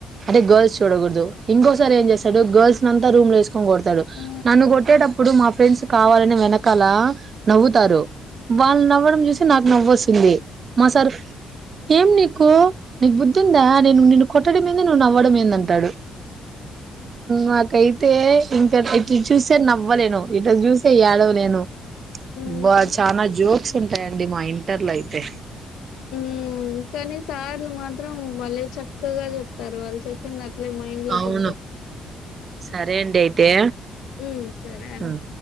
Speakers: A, on the right; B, on the left.
A: అంటే గర్ల్స్ చూడకూడదు ఇంకోసారి ఏం చేస్తాడు గర్ల్స్ నంత రూమ్ ఏస్ కొని కొడతాడు
B: ఆ
A: నన్ను కొట్టేటప్పుడు మా ఫ్రెండ్స్ కావాలని వెనకాల నవ్వుతారు వాళ్ళు నవ్వడం చూసి నాకు నవ్వస్తు ఉంది మా సార్ ఏం నీకు నీకు బుద్ధి ఉందా నేను నిన్న కొట్టడం ఏంది నువు నవ్వడం ఏందంటే అంటాడు నాకైతే ఇంకా ఇటు చూసే నవ్వలేను ఇటు చూసే ఏడవలేను
B: ఉమ్
A: బ చానా జోక్స్ ఉంటాయండి మా ఇంటర్ లో అయితే
B: ఉ కానీ సార్లు మాత్రం మళ్ళీ చక్కగా చెప్తారు వాళ్ళు చెప్పింద అట్లే మైండ్ లోకింటది
A: అవును సరే అండి అయితే
B: ఉ సరే అం
A: ఉమ్